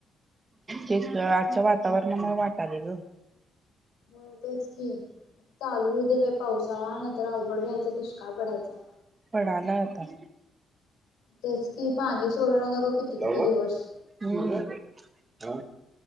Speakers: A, on the right; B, on the left.
A: तेच ग आजच्या वातावरणामुळे वाटालय ग.
B: होय तेच की, चालू हु दे बाई पावसाळा नाही तर अवघड व्हायचं दुष्काळ पडायचा.
A: पडालय आता.
B: तेच कि पाणी सोडनात अग किती
A: लावला
B: किती दिवस?
A: हम्म सुरज, आ,